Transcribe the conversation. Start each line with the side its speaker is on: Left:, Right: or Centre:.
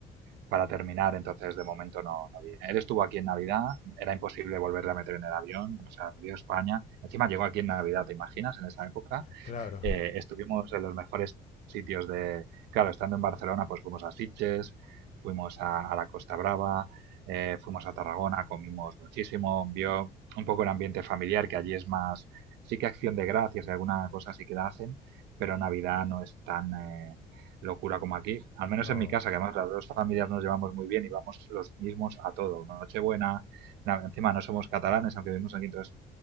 Right: para terminar, entonces de momento no, no viene. Él estuvo aquí en Navidad, era imposible volverle a meter en el avión, o sea, vio España. Encima llegó aquí en Navidad, ¿te imaginas? En esa época
Left: Claro,
Right: eh, estuvimos en los mejores sitios de, claro, estando en Barcelona, pues fuimos a Sitges, fuimos a, a la Costa Brava, eh, fuimos a Tarragona, comimos muchísimo, vio un poco el ambiente familiar, que allí es más, sí que acción de gracias y alguna cosa sí que la hacen, pero Navidad no es tan eh, locura como aquí, al
Left: <laughs>
Right: menos
Left: no,
Right: en mi casa, que además las dos familias nos llevamos muy bien y vamos los mismos a todo, Nochebuena, na- encima no somos catalanes, aunque vivimos aquí, entonces